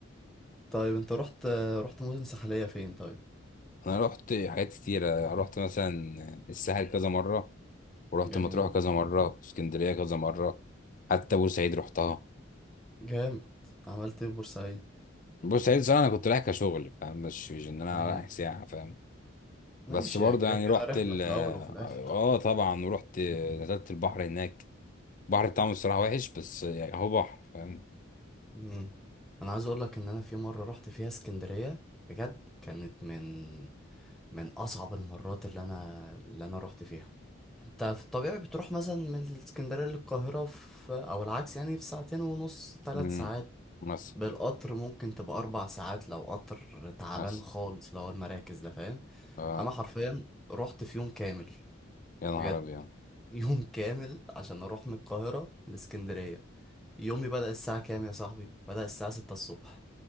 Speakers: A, in the centre; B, on the left (about 40°).
A: طيب انت رحت رحت مدن ساحلية فين طيب
B: انا رحت حاجات كتيره رحت مثلا الساحل كذا مره ورحت
A: جميل
B: مطروح كذا مره اسكندريه كذا مره حتى بورسعيد رحتها
A: جامد عملت ايه في بورسعيد
B: بص عيد الصراحة أنا كنت رايح كشغل فاهم مش مش إن أنا
A: امم
B: رايح سياحة فاهم بس
A: ماشي
B: برضه
A: هي كده
B: يعني
A: كده
B: رحت
A: رحلة
B: ال
A: في
B: آه
A: الأول وفي الآخر
B: آه، طبعا ورحت نزلت البحر هناك البحر بتاعهم الصراحة وحش بس يعني هو بحر فاهم
A: امم أنا عايز أقول لك إن أنا في مرة رحت فيها اسكندرية بجد كانت من من أصعب المرات اللي أنا اللي أنا رحت فيها أنت في الطبيعي بتروح مثلا من الاسكندرية للقاهرة في أو العكس يعني في ساعتين ونص ثلاث
B: امم
A: ساعات
B: مصر
A: بالقطر ممكن تبقى أربع ساعات لو قطر تعبان
B: مصر
A: خالص لو هو المراكز ده فاهم
B: آه
A: أنا حرفيا رحت في يوم كامل
B: يا نهار
A: بجد
B: أبيض
A: يوم كامل عشان اروح من القاهرة لاسكندرية يومي بدأ الساعة كام يا صاحبي بدأ الساعة ستة الصبح